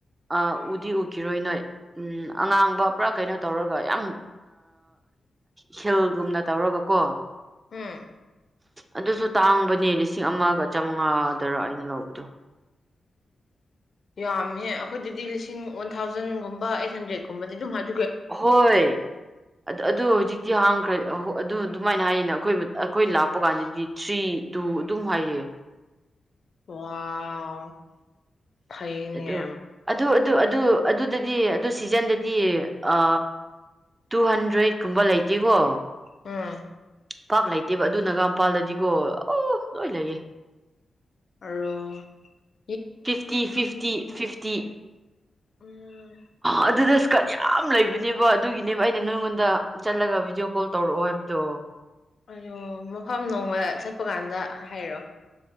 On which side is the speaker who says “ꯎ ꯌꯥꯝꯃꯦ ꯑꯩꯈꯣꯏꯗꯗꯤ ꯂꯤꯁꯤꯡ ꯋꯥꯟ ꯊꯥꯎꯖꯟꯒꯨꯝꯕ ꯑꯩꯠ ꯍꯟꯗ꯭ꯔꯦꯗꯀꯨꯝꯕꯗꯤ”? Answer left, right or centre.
Left